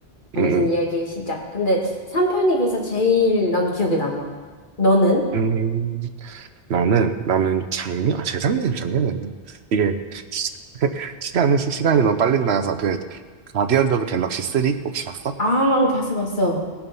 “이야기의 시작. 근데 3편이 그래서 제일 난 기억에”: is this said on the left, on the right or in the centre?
Left